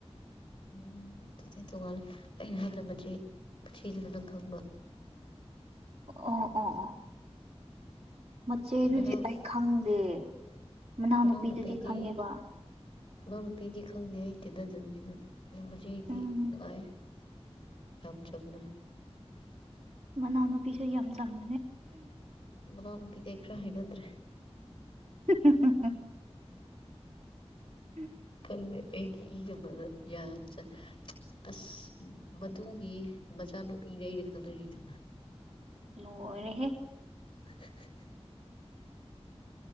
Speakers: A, on the left (about 45°); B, on the right (about 70°).
A: ꯎꯝ ꯑꯗꯨꯗꯤ ꯇꯣꯡꯉꯥꯜꯂꯦ ꯑꯩꯅ ꯍꯜꯂꯝꯕ ꯃꯆꯦ ꯃꯆꯦꯗꯨꯅ ꯅꯪ ꯈꯪꯕ
B: ꯑꯣ ꯑꯣ ꯑꯣ ꯃꯆꯦꯗꯨꯗꯤ
A: ꯃꯅꯥꯎ
B: ꯑꯩ ꯈꯪꯗꯦ ꯃꯅꯥꯎꯅꯨꯄꯤꯗꯨꯗꯤ
A: ꯃꯅꯥꯎꯅꯨꯄꯤꯗꯤ
B: ꯈꯪꯉꯦꯕ
A: ꯃꯅꯥꯎꯅꯨꯄꯤꯗꯤ ꯈꯪꯗꯦ ꯑꯩ ꯇꯦꯟꯅꯗꯕꯅꯤꯅ ꯑꯗꯨꯝꯕꯖ ꯑꯩꯗꯤ
B: ꯎꯝ
A: ꯅꯨꯡꯉꯥꯏ ꯌꯥꯝꯝ ꯆꯝꯃꯦ
B: ꯃꯅꯥꯎꯅꯨꯄꯤꯁꯨ ꯌꯝ ꯆꯝꯕꯅꯦ
A: ꯃꯅꯥꯎꯅꯨꯄꯤꯗꯤ ꯑꯩ ꯈ꯭ꯔꯥ ꯍꯩꯅꯗ꯭ꯔꯦ
B: ꯍꯤꯍꯤꯍꯤ ꯎꯝ
A: ꯈꯪꯗꯦ ꯑꯩꯒꯤ ꯏꯒ ꯃꯔ ꯌꯥꯝꯆꯥ ꯑꯁ ꯃꯗꯨꯒꯤ ꯃꯆꯥꯅꯨꯄꯤꯅꯦ ꯑꯩꯅ ꯈꯪꯅꯔꯤꯗꯣ
B: ꯂꯣꯏꯔꯦꯍꯦ
A: <unintelligible>